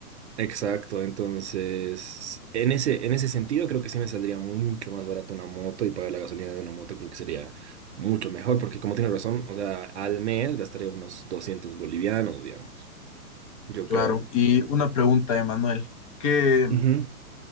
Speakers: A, on the right; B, on the left.
A: Exacto, entonces en ese, en ese sentido creo que sí me saldría mucho más barato una moto y pagar la gasolina de una moto creo que sería mucho mejor, porque como tienes razón, o sea, al mes gastaría unos 200 bolivianos, digamos, yo
B: Claro.
A: creo.
B: Y una pregunta, Emanuel. ¿Qué,
A: Ujú.